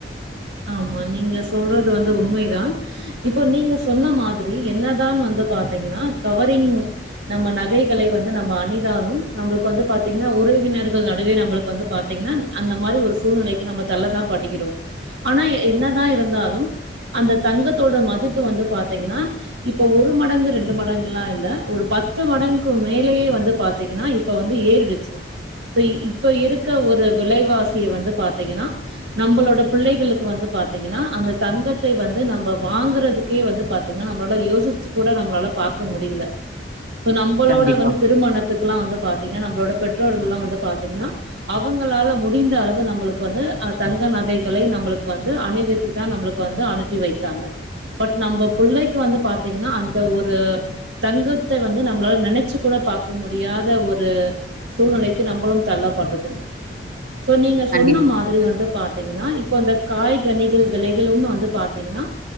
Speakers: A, on the right; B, on the right.
A: ஆமா நீங்க சொல்றது வந்து உண்மைதா இப்போ நீங்க சொன்ன மாதிரி என்னதான் வந்து பாத்தீங்கன்னா கவரிங் நம்ம நகைகளை வந்து நம்ம அணிதாலு நம்மளுக்கு வந்து பாத்தீங்னா உறவினர்கள் நடுவே நம்மளுக்கு வந்து பாத்தீங்னா அந்த மாரி ஒரு சூழ்நிலைக்கு நம்ம தள்ளதான் படுக்கிறோ ஆனா என்னதா இருந்தாலும் அந்த தங்கத்தோட மதிப்பு வந்து பாத்தீங்ன்னா இப்ப ஒரு மடங்கு ரெண்டு மடங்குல்லா இல்ல ஒரு பத்து மடங்கு மேலேயே வந்து பாத் திங்கன்னா இப்போ வந்து ஏறிடுச்சு இப்ப இருக்க ஒரு விலைவாசிய வந்து பாத்தீங்கன்னா நம்பளோட பிள்ளைகளு கு வந்து பாத்தீங்கன்னா அந்த தங்கத்தை வந்து நம்ப வாங்குறதுக்கே வந்து பாத்தீங்னா நம்பல யோசி சி கூட நம்மளால பாக்க முடிய்ல
B: <inaudible>
A: சோ நம்பளோட
B: கண்டிப்பா
A: வந்து திருமணத்துக்குலா வந்து பாத்தீங்க நம்பளோட பெற்றோர்கள்ல்லா வந்து பாத்தீங்ன்னா அவங்களால முடிந்த அளவு நம்மளுக்கு வந்து அ தங்க நகைகளை நம்மளுக் வந்து அணிவித்து தா நம்மளுக் வந்து அனுப்பி வைத்தாங்க பட் நம்ப புள்ளைக்கு வந்து பாத்தீங்ன்னா அந்த ஒரு தங்கத்த வந்து நம்ளால நெனச்சு கூட பாக்க முடியாத ஒரு சூழ்நிலைக்கு நம்பளும் தள்ளப்பட்டுட்டோ சோ நீங்க சொன்ன
B: கண்டிப்பா
A: மாதிரி வந்து பாத்தீங்கன்னா இப்ப இந்த காய்கனிகள் விலைகளும் வந்து பாத்தீங்கன்னா